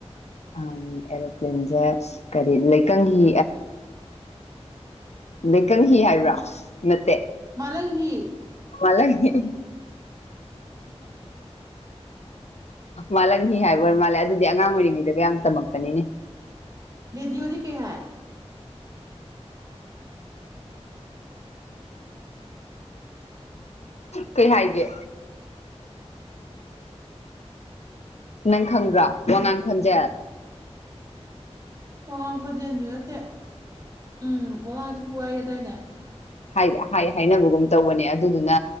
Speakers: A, on the left (about 75°); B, on the right (about 30°).
A: ꯑ ꯑꯦꯔꯣꯄ꯭ꯂꯦꯟꯁꯦ ꯀꯔꯤ ꯂꯩꯀꯪꯒꯤ ꯑꯗꯩꯀꯪ ꯍꯤ ꯍꯥꯏꯕ꯭ꯔꯥ ꯅꯠꯇꯦ
B: ꯃꯥꯂꯪ ꯍꯤ
A: ꯃꯂ ꯍ ꯃꯥꯜꯂꯟ ꯍꯤ ꯍꯥꯏꯕ ꯃꯥꯜꯂꯦ ꯑꯗꯨꯗꯤ ꯑꯉꯥꯡ ꯑꯣꯏꯔꯤꯉꯩꯗꯒ ꯌꯥꯝ ꯇꯝꯂꯄꯅꯤꯅꯦ
B: ꯂꯩꯗꯤꯌꯗꯤ ꯀꯌꯥ ꯍꯥꯏ
A: ꯀꯩ ꯍꯥꯏꯒꯦ ꯅꯪ ꯈꯪꯕ꯭ꯔꯣ ꯋꯥꯉꯥꯡꯈꯣꯟꯁꯦ
B: ꯋꯥꯉꯥꯡ ꯈꯣꯟꯖꯦꯜꯁꯨ ꯅꯠꯇꯦ ꯎꯝ ꯋꯥꯉꯥꯡꯁꯨꯦ ꯍꯨꯋꯥꯏꯑꯗꯥꯏꯅꯦ
A: ꯍꯥꯏ ꯍꯥꯏꯅꯕꯒꯨꯝ ꯇꯧꯕꯅꯦ ꯑꯗꯨꯗꯨꯅ